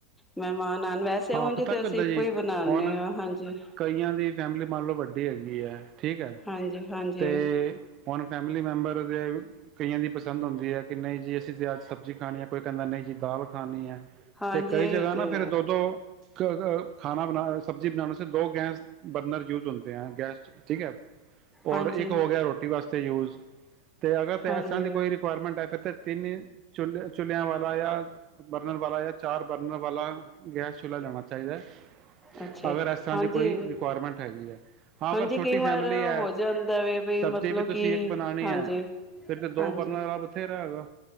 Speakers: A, in the centre; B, on the right (about 35°).
A: ਮੈਅਮਾਨ ਨਾਲ ਵੈਸੇ
B: ਹਾਂ
A: ਓੰਜ
B: ਪਤਾ ਕੀ
A: ਅਸੀਂ
B: ਹੁੰਦਾ
A: ਇੱਕੋ
B: ਜੀ
A: ਈ ਬਨਾਦਨੇ
B: ਹੁਣ
A: ਆ। ਹਾਂਜੀ
B: ਕਈਆਂ ਦੀ ਫੈਮਲੀ ਮੰਨ ਲੋ ਵੱਡੀ ਹੈਗੀ ਐ। ਠੀਕ ਐ।
A: ਹਾਂਜੀ ਹਾਂਜੀ
B: ਤੇ ਹੋਨ ਫੈਮਲੀ ਮੈਂਬਰ ਵੇ, ਕਈਆਂ ਦੀ ਪਸੰਦ ਹੋਂਦੀ ਐ, ਕੇ ਨਹੀਂ ਜੀ ਅਸੀਂ ਤਾਂ ਅੱਜ ਸਬਜੀ ਖਾਨੀ ਐ, ਕੋਈ ਕੈਂਦਾ ਨਈ ਜੀ ਦਾਲ ਖਾਨੀ ਐ।
A: ਹਾਂਜੀ
B: ਤੇ ਕਈ
A: ਇਹ
B: ਜਗਾ
A: ਤੇ
B: ਨਾ ਫੇਰ ਦੋ ਦੋ ਕ, ਗ ਖਾਨਾ ਬਨਾ ਸਬਜੀ ਬਨਾਨ ਵਾਸਤੇ, ਦੋ ਗੈਂਸ ਬਰਨਰ ਯੂਜ਼ ਹੋਤੈ ਐਂ ਗੈਸ ਠੀਕ ਐ। ਔਰ
A: ਹਾਂਜੀ
B: ਏਕ ਹੋ ਗੇਆ ਰੋਟੀ ਵਾਸਤੇ ਯੂਜ਼। <inaudible> ਤੇ ਅਗਰ ਤਾਂ
A: ਹਾਂਜੀ
B: ਐਸਾਂ ਦੀ ਕੋਈ ਰਿਕੁਆਇਰਮੈਂਟ ਹੈ। ਫਿਰ ਤਾਂ ਤਿੰਨੀ ਚੁ ਚੁਲੇ ਚੁ਼ਲੇਆਂ ਵਾਲਾ, ਯਾ ਬਰਨਰ ਵਾਲਾ ਯਾ ਚਾਰ ਬਰਨਰ ਵਾਲਾ ਗੈਸ ਚੁੱਲ੍ਹਾ ਲੈਣਾ ਚਾਈਦਾ ਐ।
A: ਅੱਛਾ
B: ਅਗਰ ਇਸ ਤਰ੍ਹਾਂ
A: ਹਾਂਜੀ
B: ਦੀ ਕੋਈ ਰਿਕੁਆਇਰਮੈਂਟ ਹੈਗੀ ਹੈ ਹਾਂ
A: ਹਾਂਜੀ
B: ਅਗਰ ਛੋਟੀ
A: ਕਈ ਵਾਰ
B: ਫੈਮਿਲੀ ਹੈ
A: ਹੋ ਜਾਂਦਾ
B: ਸਬਜ਼ੀ
A: ਮਤਲਬ
B: ਵੀ ਤੁਸੀਂ
A: ਕਿ
B: ਇੱਕ ਬਣਾਣੀ
A: ਹਾਂਜੀ
B: ਹੈ ਫਿਰ ਤੇ ਦੋ
A: ਹਾਂਜੀ
B: ਬਰਨਰ ਵਾਲਾ ਬਥੇਰਾ ਹੈਗਾ